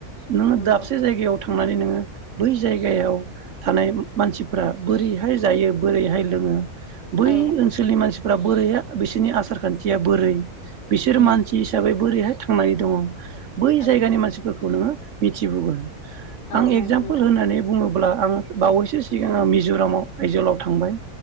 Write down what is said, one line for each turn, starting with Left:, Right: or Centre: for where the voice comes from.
Right: नोङो
Left: नंगौ
Right: दाबसे जायगायाव थां नानै नोङो बै जायगायाव थानाय मानसिफोरा बोरैहाय जायो बोरैहाय लोङो बै
Left: औ
Right: ओनसोलनि मानसि बोरैहाय बिसोरनि आसार खान्थिया बोरै बिसोर
Left: उम
Right: मानसि हिसाबै बोरैहाय थांनानै दङ बै
Left: औ
Right: जायगानि मानसिफोरखौ नोङो मिथिबोगोन। आं
Left: औ नंगौ
Right: एगजामपोल
Left: नोंथां
Right: होनानै बुङोब्ला आं बावैसो सिगां आं मिज'रामाव आयजलाव थांबाय।